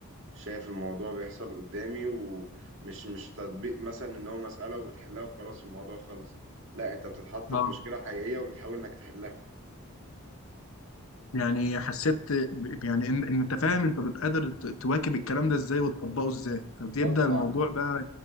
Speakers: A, on the right; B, on the left.
A: شايف الموضوع بيحصل قدامي ومش مش تطبيق مثلا ان هو مسألة وبتحلها وخلاص الموضوع خلص لا انت بتتحط
B: اه
A: في مشكلة حقيقية وبتحاول انك تحلها
B: يعني حسيت ب- يعني إن إن أنت فاهم أنت بتقدر ت- تواكب الكلام ده إزاي وتطبقه إزاي فبيبدأ
A: اه طبعا
B: الموضوع بقى